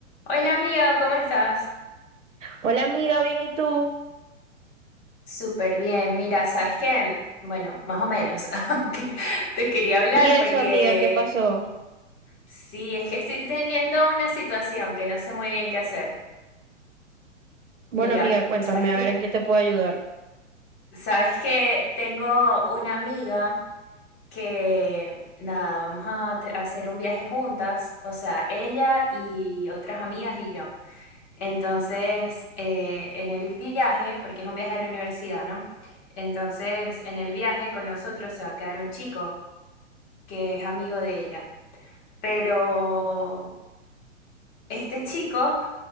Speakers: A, on the left (about 35°); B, on the right (about 75°).
A: Hola amiga, ¿cómo estás?
B: Hola amiga, bien, ¿y tú?
A: Súper bien, mira, ¿sabes qué? Bueno, más o menos, <laughs> aunque te quería hablar
B: ¿Y eso
A: porque
B: amiga, qué pasó?
A: sí, es que estoy teniendo una situación que no sé muy bien qué hacer.
B: Bueno
A: Mira,
B: amiga, cuéntame
A: ¿sabes qué?
B: a ver en qué te puedo ayudar.
A: ¿Sabes qué? Tengo una amiga que, nada, vamos a te- a hacer un viaje juntas, o sea, ella y otras amigas y yo. Entonces, eh, en el viaje, porque es un viaje de la universidad, ¿no? Entonces, en el viaje con nosotros se va a quedar un chico que es amigo de ella. Pero este chico